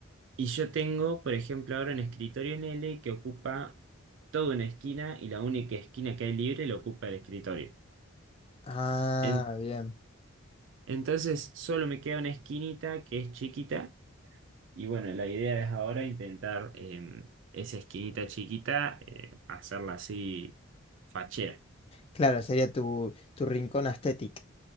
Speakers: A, on the right; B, on the left.
A: Y yo tengo, por ejemplo, ahora un escritorio en L que ocupa toda una esquina y la única esquina que hay libre la ocupa el escritorio.
B: Ah,
A: En-
B: bien.
A: entonces, solo me queda una esquinita que es chiquita Y bueno, la idea es ahora intentar em, esa esquinita chiquita, eh, hacerla así fachera.
B: Claro, sería tu, tu rincón aesthetic.